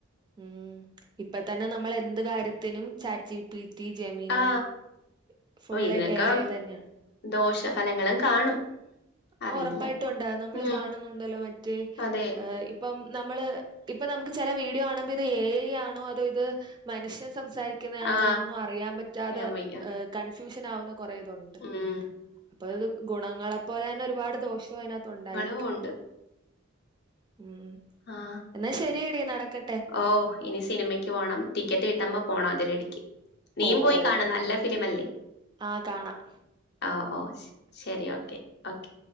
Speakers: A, on the right (about 20°); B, on the left (about 55°).
A: മഉം ഇപ്പ തന്നെ നമ്മൾ എന്ത് കാര്യത്തിനും ചാറ്റിപി റ്റി ജമിനെയ്
B: ആ അപ്പൊ
A: ഫുള്ള്
B: ഇതിനൊക്കെ
A: എ ഐ തന്നെയാണ്
B: ദോഷഫലങ്ങളും കാണും
A: അത്
B: അറിയില്ല.
A: ഉറപ്പായിട്ടും ഉണ്ടാകും നമ്മൾ
B: ഉം.
A: കാണുന്നുണ്ടല്ലോ മറ്റീ
B: അതെ.
A: ഏഹ് ഇ ഇപ്പം നമ്മള് ഇപ്പ നമുക്ക് ചില വീഡിയോ കാണുമ്പോ ഇത് ഏഐ ആണോ അതോ ഇത് മനുഷ്യൻ സംസാരി ക്ക്ന്നേണോന്നൊന്നും
B: ആ
A: അറിയാൻ പറ്റാതെ
B: പറയാൻ വയ്യ.
A: ഏഹ് കൺഫ്യൂഷൻ ആവുന്ന കൊറേതുണ്ട്
B: ഉം.
A: അപ്പൊത് ഗുണങ്ങളെപ്പോലെന്നെ ഒരുപാട് ദോഷം അതിനകത്ത് ഉണ്ടായിരിക്കും
B: ഫലവും ഉണ്ട്.
A: ഉം
B: ആഹ്
A: എന്നാ ശരിയെടി നടക്കട്ടെ
B: ഓഹ് ഇനി സിനിമക്ക് പോണം ടിക്കറ്റ് കിട്ട്മ്പോ
A: ഓ
B: പോണം അതിരടിക്ക് നീയും
A: ഓ
B: പോയി
A: ഓ
B: കാണ് നല്ല ഫിലിമല്ലേ
A: ആ കാണാം
B: ആഹ് ഓഹ് ഓഹ് ശരി ഓക്കെ ഓക്കെ